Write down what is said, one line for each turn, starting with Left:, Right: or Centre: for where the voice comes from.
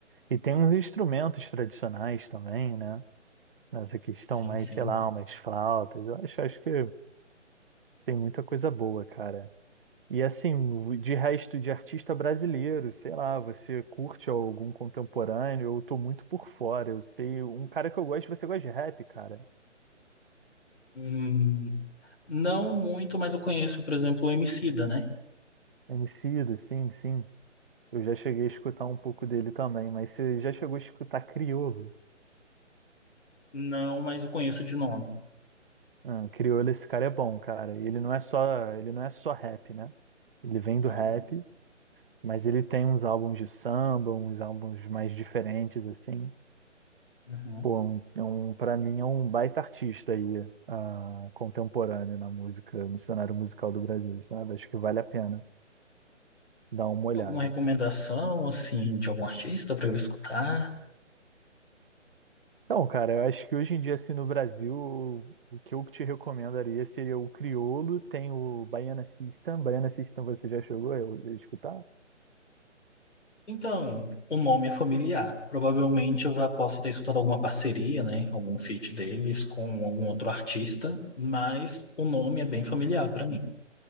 Right: E tem uns instrumentos tradicionais também, né? nessa questão
Left: Sim,
Right: mais,
Left: sim.
Right: sei lá, umas flautas. Eu acho, acho que tem muita coisa boa, cara. E assim, de resto de artista brasileiro, sei lá, você curte algum contemporâneo? Eu tô muito por fora. Eu sei, um cara que eu gosto, você gosta de rap, cara?
Left: Hum, Não muito, mas eu conheço, por exemplo, o Emicida, né?
Right: Emicida, sim, sim. Eu já cheguei a escutar um pouco dele também, mas você já chegou a escutar Criolo?
Left: Não, mas eu conheço de nome.
Right: Ah, Criolo, esse cara é bom, cara. Ele não é só, ele não é só rap, né? Ele vem do
Left: Tá
Right: rap,
Left: bom.
Right: Mas ele tem uns álbuns de samba, uns álbuns mais diferentes, assim.
Left: Uhum.
Right: Pô, um, é um, pra mim é um baita artista aí, ah, contemporâneo na música, no cenário musical do Brasil, sabe? Acho que vale a pena dar uma
Left: Tem
Right: olhada.
Left: Alguma recomendação, assim, de algum artista para eu escutar?
Right: Então, cara, eu acho que hoje em dia, assim, no Brasil, o que eu te recomendaria seria o Criolo, tem o Baiana System. Baiana System você já chegou a a escutar?
Left: Então, o nome é familiar. Provavelmente eu já posso ter escutado alguma parceria, né? Algum feat deles com algum outro artista, mas o nome é bem familiar para mim.